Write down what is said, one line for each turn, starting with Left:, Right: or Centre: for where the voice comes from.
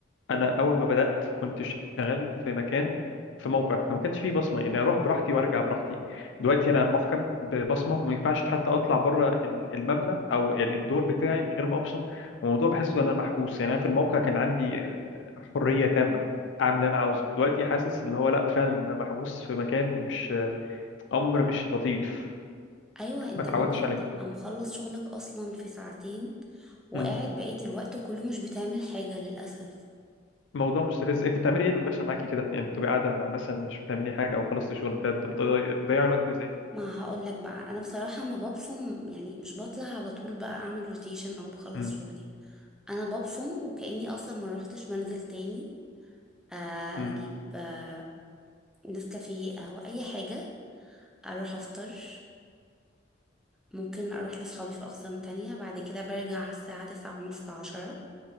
Left: انا اول ما بدات كنت شغال في مكان في موقع فما كانش فيه بصمه يعني اروح براحتي وارجع براحتي دلوقتي انا محكم ببصمه وما ينفعش حتى اطلع بره ال- المبنى او يعني الدور بتاعي من غير ما ابصم والموضوع بحسه ان انا محبوس يعني انا في الموقع كان عندي آه، حريه تامه اعمل اللي انا عاوزه دلوقتي حاسس اللي هو لا فعلا انا محبوس في مكان ومش آه، امر مش لطيف
Centre: ايوه انت
Left: ما اتعودتش
Centre: ممكن
Left: عليه
Centre: تبقى مخلص شغلك اصلا في ساعتين وقاعد
Left: مم.
Centre: بقية الوقت كله مش بتعمل حاجة للأسف
Left: موضوع مستفز انت بتعملي ايه اللي بيحصل معاكي كده يعني بتبقي قاعده ما- مثلا مش بتعملي حاجه او خلصت الشغل بتاعك بتضيع الوقت ازاي
Centre: ما هقولك بقى انا بصراحة ما ببصم يعني مش بطلع على طول بقى اعمل روتيشن او بخلص
Left: مم.
Centre: شغلي انا ببصم وكأني اصلا ما روحتش بنزل تاني آه،
Left: امم
Centre: اجيب آه، نسكافيه قهوة اي حاجة اروح افطر ممكن اروح لصحابي في اقسام تانية بعد كده برجع على الساعة تسعة ونص عشرة